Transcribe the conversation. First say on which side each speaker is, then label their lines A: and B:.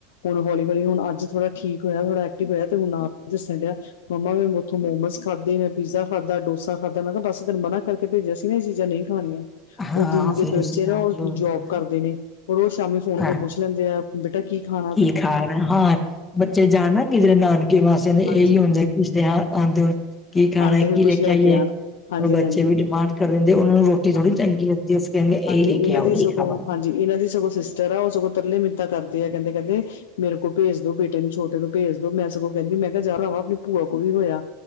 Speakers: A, on the left; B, on the left.
A: ਹੁਣ ਹੌਲੀ-ਹੌਲੀ ਹੁਨ ਅੱਜ ਥੋੜਾ ਠੀਕ ਹੋਇਆ ਥੋੜਾ ਆਕਟੀਵ ਹੋਇਆ ਹੁਣ ਆਪ ਦੱਸਣ ਡਿਆ। ਮਮਾ ਮੈ ਓਥੋ ਮੋਮੋਸ ਖਾਧੇ ਮੈਂ ਪੀਜ਼ਾ ਖਾਧਾ ਡੋਸਾ ਖਾਧਾ ਮੈਂ ਕਿਹਾ ਬਸ ਤੇ ਨੂੰ ਮਨਾ ਕਰ ਕੇ ਭੇਜਿਆ ਸੀ ਨਾ ਇਹ ਚੀਜ਼ਾਂ ਨਹੀ ਖਾਣੀਆ।
B: ਹਾਂ
A: ਉਹ ਦੀਦੀ
B: ਫਿਰ
A: ਦੇ
B: ਉਸ
A: ਬੱਚੇ
B: ਨਾਲ
A: ਨਾ ਉਹ
B: ਹੀ ਹੋ
A: ਜੋਬ
B: ਜਾਂਦਾ
A: ਕਰਦੇ ਨੇ ਉਹ ਰੋਜ ਸ਼ਾਮੀ ਫੋਨ
B: ਹਾਂ
A: ਕੇ ਪੁੱਛ ਲੈਂਦੇ ਆ ਬੇਟਾ ਕੀ ਖਾ
B: ਕੀ ਖਾਣਾ ਹਾ ਬੱਚੇ ਜਾਣ ਨਾ ਕਿਧਰੇ ਨਾਨਕੇ ਮਾਸੀਆਂ ਦੇ ਇਹੀ
A: ਹਾਂਜੀ
B: ਹੁੰਦਾ ਪੁਛਦੇ ਹਾ ਆਉਂਦੇ ਹੋ ਕੀ ਖਾਣਾ
A: ਆਉਂਦੇ
B: ਕੀ
A: ਹੋਏ ਕੁਛ
B: ਲੈ ਕੇ ਆਈਏ,
A: ਆਉਣ ਹਾਂਜੀ
B: ਹ ਬੱਚੇ
A: ਹਾਂਜੀ
B: ਵੀ ਡਿਮਾਂਡ ਕਰ ਦਿੰਦੇ ਉਹਨਾਂ ਨੂੰ ਰੋਟੀ ਥੋੜੀ
A: ਹਾਂਜੀ
B: ਚੰਗੀ ਲੱਗਦੀ ਹੈ। ਕਹਿੰਦੇ ਇਹੀ
A: ਹਾਂਜੀ
B: ਲੈ
A: ਇਹਨਾਂ
B: ਕੇ ਆਓ
A: ਦੀ
B: ਇਹੀ
A: ਸਗੋਂ
B: ਖਾਵਾਂਗੇ
A: ਹਾਂਜੀ ਇਹਨਾਂ ਦੀ ਸਗੋਂ ਸਿਸਟਰ ਆ ਉਹ ਸਗੋਂ ਤਰਲੇ ਮਿਨਤਾ ਕਰਦੇ ਆ ਕਹਿੰਦੇ-ਕਹਿੰਦੇ ਮੇਰੇ ਕੋਲ ਭੇਜ ਦੋ ਬੇਟੇ ਨੂੰ ਛੋਟੇ ਨੂੰ ਭੇਜ ਦੋ ਮੈ ਸਗੋਂ ਕਹਿੰਦੀ ਮੈ ਕਿਹਾ ਜਾ ਰਿਵਾਂ ਆਪਣੀ ਭੂਆ ਕੋਲ ਵੀ ਹੋਇਆ,